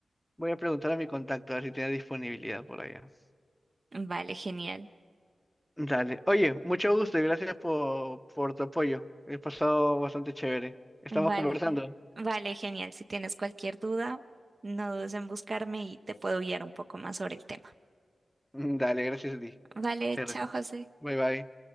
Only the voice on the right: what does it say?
Vale, genial.
Vale,
vale, genial. Si tienes cualquier duda, no dudes en buscarme y te puedo guiar un poco más sobre el tema.
Vale,
chao,
José.